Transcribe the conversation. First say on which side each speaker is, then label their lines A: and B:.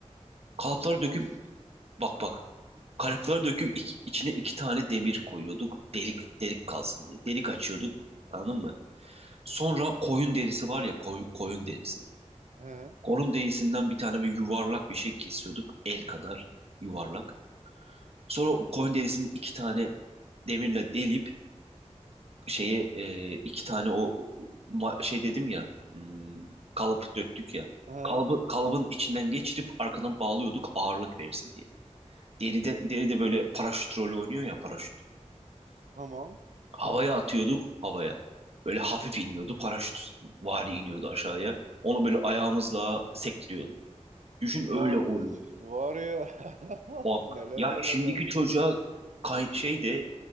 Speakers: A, on the right (about 55°); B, on the right (about 85°).
A: Kalıplara
B: Ulan
A: döküp
B: siz-
A: bak bak. Kalıplara döküp iç- içine iki tane demir koyuyorduk. Delik delik kalsın diye. Delik açıyorduk. Anladın mı? Sonra koyun derisi var ya koy- koyun derisi.
B: He?
A: Koyun derisinden bir tane bir yuvarlak bir şey kesiyorduk. El kadar yuvarlak. Sonra koyun derisini iki tane demirle delip şeye e, iki tane o ma- şey dedim ya hmm, kalıp döktük ya
B: He?
A: kalıbı kalıbın içinden geçirip arkadan bağlıyorduk ağırlık versin diye. Deride deride böyle paraşüt rolü oynuyor ya paraşüt.
B: Tamam.
A: Havaya atıyorduk havaya. Böyle hafif iniyordu paraşüt vari iniyordu aşağıya. Onu böyle ayağımızla sektiriyorduk. Düşün
B: Ulan
A: öyle oyun.
B: siz var ya <laughs>
A: Bak
B: neler
A: ya
B: neler
A: şimdiki
B: yapmışsınız.
A: çocuğa kay- şey de